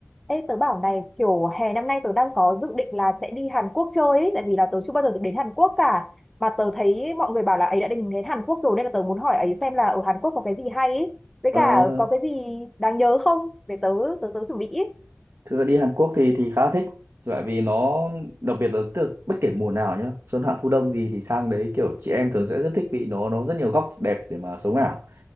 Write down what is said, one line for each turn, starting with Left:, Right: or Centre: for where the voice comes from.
Centre: Ê, tớ bảo này kiểu hè năm nay tớ đang có dự định là sẽ đi Hàn Quốc chơi ấy, tại vì là tớ chưa bao giờ được đến Hàn Quốc cả mà tớ thấy mọi người bảo là ấy đã định đến Hàn Quốc rồi nên là tớ muốn hỏi ấy xem là ở Hàn Quốc có cái gì hay ấy với
Right: Ờ,
Centre: cả có cái gì đáng nhớ không để tớ tớ tớ chuẩn bị ý.
Right: thưa đi Hàn Quốc thì thì khá thích tại vì nó đặc biệt là tức bất kể mùa nào nhá xuân hạ thu đông gì thì sang đấy kiểu chị em thường sẽ rất thích vì nó nó rất nhiều góc đẹp để mà sống ảo